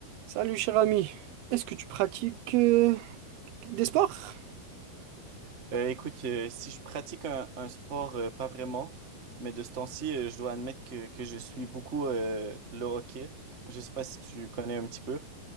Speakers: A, on the right (about 80°); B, on the right (about 50°).
A: Salut cher ami, est-ce que tu pratiques euh, des sports?
B: Euh, écoute, euh, si je pratique un, un sport, euh, pas vraiment, mais de ce temps-ci, euh, je dois admettre que, que je suis beaucoup euh, le hockey. Je sais pas si tu connais un petit peu.